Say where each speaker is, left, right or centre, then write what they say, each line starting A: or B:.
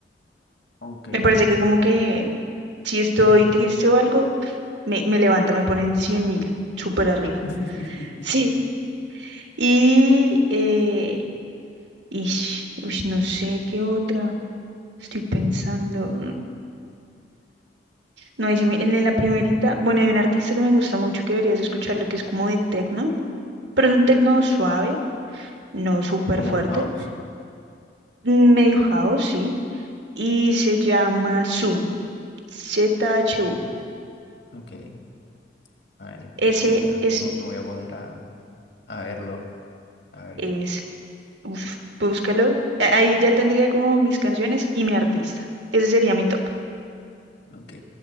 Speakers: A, on the left; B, on the right.
A: Ok.
B: Me parece que como que si estoy triste o algo, me, me levanta, me ponen cien mil, súper arriba.
A: <laughs>
B: Sí. Y, eh, ish, ush, no sé qué otra. Estoy pensando. No, ahí sí me- en la primerita, bueno, hay un artista que me gusta mucho que deberías escucharlo, que es como de techno. pero es un techno suave, no súper
A: Como
B: fuerte,
A: un house.
B: medio house, sí, y se llama Su, Z-H-U.
A: Ok. Ahí
B: Ese
A: me voy a,
B: es,
A: me me voy a poner a, a verlo. A ver
B: es,
A: qué tal.
B: uf, búscalo. A- Ahí ya tendría como mis canciones y mi artista. Ese sería mi top.
A: Ok.